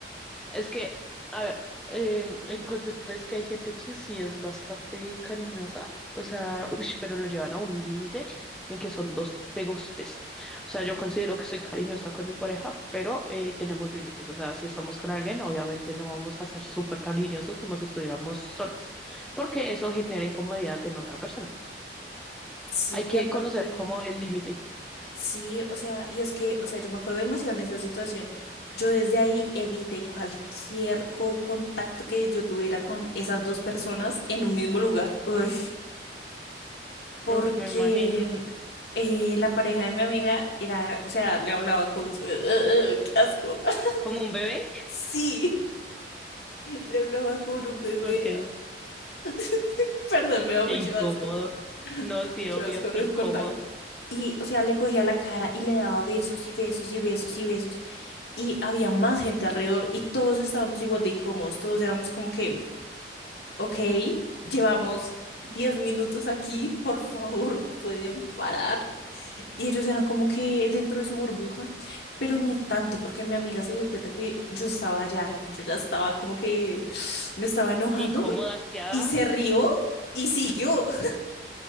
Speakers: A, in the centre; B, on the left (about 70°).
A: Es que, a ver, em, en concepto es que hay gente que sí es bastante cariñosa, o sea, uy, pero lo llevan a un límite en que son dos pegostes. O sea, yo considero que soy cariñosa con mi pareja, pero eh, tenemos límites. O sea, si estamos con alguien, obviamente no vamos a ser súper cariñosos como si estuviéramos solos, porque eso genera incomodidad en la otra persona.
B: Sí,
A: Hay que
B: aparte,
A: conocer como el límite.
B: sí, o sea, y es que, o sea, yo me acuerdo demasiado en esa situación. Yo desde ahí evité cualquier co- contacto que yo tuviera con esas dos personas en un mismo lugar. Uy, porque
A: Uf, Me imagino.
B: eh, la pareja de mi amiga era, o sea, le hablaba con... ¡Ugh! <laughs> ¡Qué asco! <laughs>
A: ¿Como un bebé?
B: Sí, le hablaba con un bebé.
A: Ok,
B: <laughs> Perdón, me da
A: qué
B: mucho
A: incómodo.
B: asco.
A: No,
B: Me da
A: sí,
B: mucho
A: obvio,
B: asco
A: qué
B: recordarlo.
A: incómodo.
B: Y, o sea, le cogía la cara y le daba besos y besos y besos y besos. Y había más gente alrededor y todos estábamos igual de incómodos. Todos éramos como que, ok, llevamos 10 minutos aquí, por favor, <laughs> pueden parar. Y ellos eran como que dentro de su burbuja, pero ni tanto, porque mi amiga se dio cuenta que yo estaba allá, yo ya estaba como que <sighs> me estaba enojando
A: Incómoda, asqueada.
B: y se rió y siguió. <laughs>